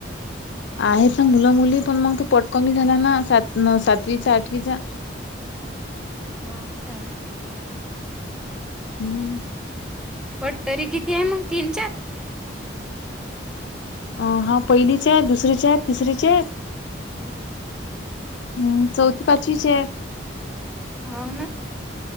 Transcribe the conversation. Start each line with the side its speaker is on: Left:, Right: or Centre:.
Left: आहेत ना मुलं मुली पण मग तो पोट कमी झाला ना सात म सातवीचा, आठवीचा.
Centre: हो काय?
Left: हम्म.
Centre: पट तरी किती आहे मग तीन चार?
Left: अ हा पहिलीच्या, दुसरीच्या, तिसरीच्या
Centre: हम्म!
Left: हम्म चौथ पाचवीचे.
Centre: हाव ना.